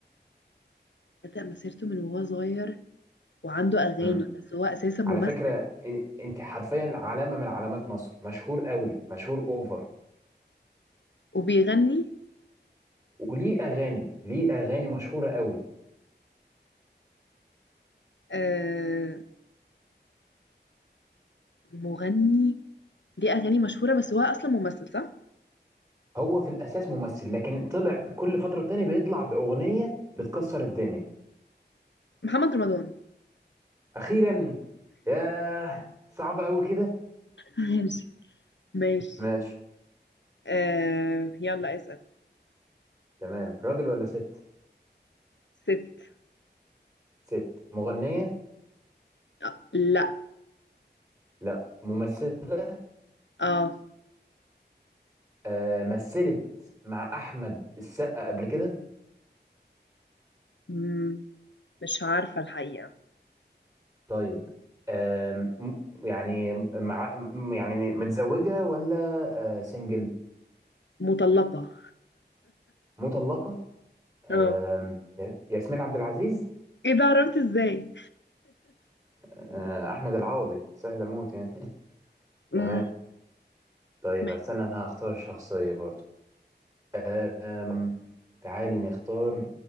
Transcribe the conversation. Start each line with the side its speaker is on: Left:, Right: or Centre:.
Left: بدأ مسيرته من وهو صغير وعنده أغاني
Right: امم
Left: بس هو أساسا ممثل
Right: على فكرة إ- انت حرفيا علامة من علامات مصر مشهور قوي مشهور اوفر
Left: وبيغني
Right: وليه اغاني ليه اغاني مشهورة قوي
Left: آه مغني ليه أغاني مشهورة بس هو أصلا ممثل صح؟
Right: هو في الاساس ممثل لكن طلع كل فترة تاني بيطلع باغنية بتكسر الدنيا
Left: محمد رمضان
Right: اخيرا ياه صعب قوي كده
Left: ماشي ماشي
Right: ماشي
Left: آه يلا اسأل
Right: تمام راجل ولا ست
Left: ست
Right: ست مغنية
Left: آه لا
Right: لا ممثلة
Left: اه
Right: آه، مثلت مع احمد السقا قبل كده
Left: مم، مش عارفة الحقيقة
Right: طيب آم، م- يعني مع م- يعني متزوجه ولا آه، سنجل
Left: مطلقة
Right: مطلقه آم،
Left: اه
Right: ي- ياسمين عبد العزيز
Left: ايه ده عرفت ازاي؟
Right: آه، احمد العوضي سهله موت يعني <laughs>
Left: مم.
Right: تمام طيب
Left: ماشي.
Right: استنى انا هختار الشخصيه برضو آم، تعالي نختار